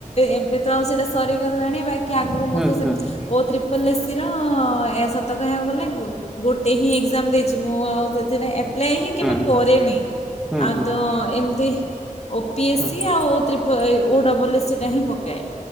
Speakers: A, on the left; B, in the centre.
A: ଏବେ ତ ଆଉ ସେଇଟା ସରିଗଲାଣି ବାକି ଆଗକୁ ମୁଁ
B: ହୁଁ।
A: ତ ସେ
B: ହୁଁ
A: ଓ ତ୍ରିପଲ୍ ଏସ୍ସିର ଏ ସତ କହିବାକୁ ଗଲେ ବହୁ ଗୋଟେ ହିଁ ଏକ୍ଜାମ ଦେଇଛି ମୁଁ ଆଉ ସେଟା ଆପ୍ଲାଏ ହିଁ କେବେ
B: ହୁଁ
A: କରେନି
B: ହୁଁ ହୁଁ ହୁଁ
A: ଆଉ
B: ହୁଁ
A: ତ ଏମିତି ଓ ପି ଏସ୍
B: ହୁଁ
A: ସି ଆଉ ଓ୍ରିପ ଓ ଡବଲ୍ ଏସ୍ ସିଟା ହିଁ ପକାଏ।